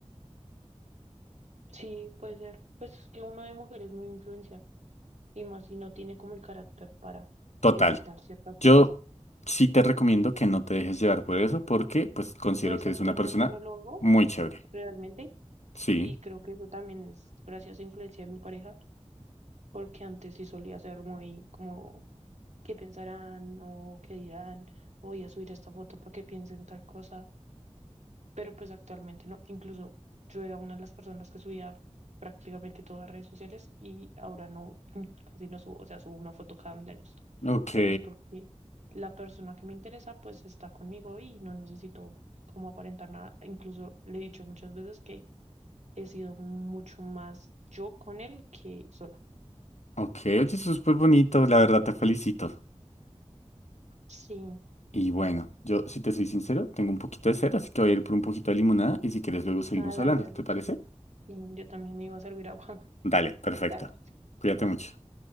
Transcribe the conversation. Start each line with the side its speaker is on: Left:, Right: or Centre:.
Right: sí, puede ser. Pues es que uno de mujeres muy influencia y más si no tiene como el carácter para
Left: Total.
Right: evitar ciertas cosas.
Left: Yo sí te recomiendo que no te dejes llevar por eso porque pues considero
Right: Pues
Left: que
Right: actualmente
Left: eres una persona
Right: no lo hago
Left: muy chévere.
Right: realmente
Left: Sí.
Right: y creo que eso también es gracias a influencia de mi pareja, porque antes sí solía ser muy como qué pensarán o qué dirán, voy a subir esta foto para que piensen tal cosa pero pues actualmente no. Incluso yo era una de las personas que subía prácticamente todas las redes sociales y ahora no, <laughs> casi no subo, o sea, subo una foto cada mil años.
Left: Ok.
Right: Pero es porque la persona que me interesa pues está conmigo y no necesito como aparentar nada. Incluso le he dicho muchas veces que he sido mucho más yo con él que sola.
Left: Ok. Oye, eso es súper bonito. La verdad te felicito.
Right: Sí.
Left: Y bueno, yo si te soy sincero, tengo un poquito de sed, así que voy a ir por un poquito de limonada y si quieres luego seguimos
Right: Ah, dale,
Left: hablando.
Right: dale.
Left: ¿Te parece?
Right: Y Yo también me iba a servir agua.
Left: Dale,
Right: <laughs>
Left: perfecto.
Right: Dale,
Left: Cuídate mucho.